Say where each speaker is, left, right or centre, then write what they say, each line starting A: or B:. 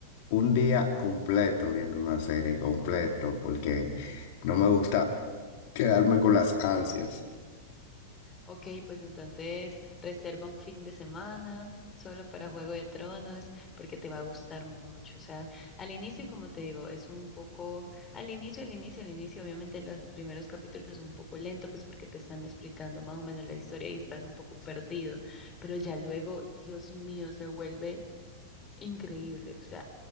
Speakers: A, on the left; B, on the left.
A: un día completo viendo una serie completo, porque no me gusta quedarme con las ansias.
B: Ok, pues entonces reserva un fin de semana solo para Juego de Tronos porque te va a gustar mucho. O sea, al inicio, como te digo, es un poco, al inicio, al inicio, al inicio, obviamente los primeros capítulos un poco lento, pues porque te están explicando más o menos la historia y estás un poco perdido, pero ya luego, Dios mío, se vuelve increíble. O sea,